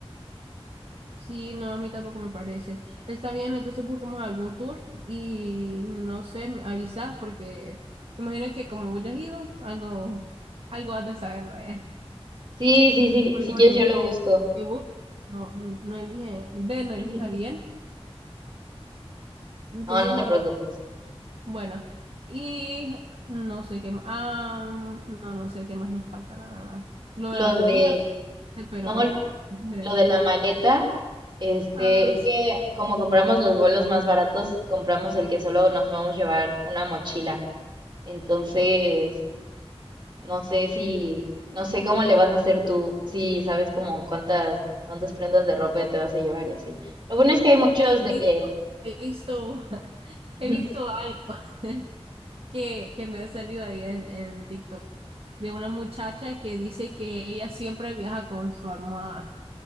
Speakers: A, on the right; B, on the right.
A: Sí, no, a mí tampoco me parece. Está bien, entonces busquemos algún tour y no sé, me avisas porque me imagino que como vos ya has ido, algo, algo has de saber de
B: Sí, sí, sí,
A: Porque
B: si
A: imagínate
B: quieres yo lo
A: que
B: busco.
A: Facebook no, no elige, B no
B: <laughs>
A: elija bien. Entonces
B: No, no
A: mejor,
B: te preocupes.
A: bueno. Y no sé qué más. Ah, no, no sé qué más nos falta, la verdad. Lo
B: Lo
A: de la
B: de,
A: comida, este, pero
B: no,
A: brega.
B: Lo de la maleta, este,
A: Ah,
B: es
A: sí,
B: que como compramos los vuelos más baratos, compramos el que solo nos vamos a llevar una mochila. Entonces, no sé si, no sé cómo le vas a hacer tú, si sabes como cuántas, cuántas prendas de ropa te vas a llevar y así. Lo bueno es que hay muchos
A: ya
B: de
A: he
B: que,
A: visto, he visto, <laughs>
B: <laughs>
A: he visto algo <laughs> que, que me ha salido ahí en, en TikTok de una muchacha que dice que ella siempre viaja con su almohada.